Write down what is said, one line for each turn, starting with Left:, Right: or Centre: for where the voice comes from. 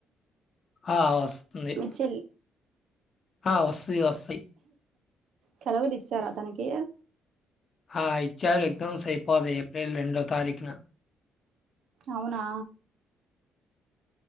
Left: ఆ వస్తుంది.
Right: మీ చెల్లి
Left: ఆ వస్తయి వస్తాయి
Right: సెలవులు ఇచ్చారా తనికి
Left: ఆ ఇచ్చారు ఎగ్జామ్స్ అయిపోతాయి ఏప్రిల్ రెండో తారీఖున
Right: అవునా